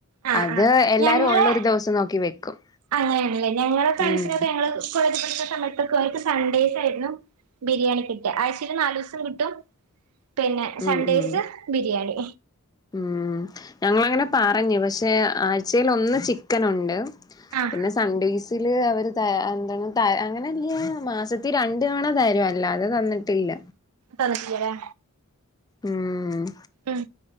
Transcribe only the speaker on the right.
ആ
ആഹ്
ഞങ്ങളെ
അങ്ങനെല്ല ഞങ്ങള് ഫ്രണ്ട്സിനൊക്കെ
ഞങ്ങള് കോളേജ് <unintelligible> സമയത്തൊക്കെ ഓര്ക്ക്‌ സൺഡേയ്സ് ആയിരുന്നു ബിരിയാണി കിട്ടാ ആഴ്ചേല് നാലുസം കിട്ടും പിന്നെ സൺഡേയ്സ്
ബിരിയാണി
ആഹ്
തന്നിട്ടില്ലല്ലേ
ഉം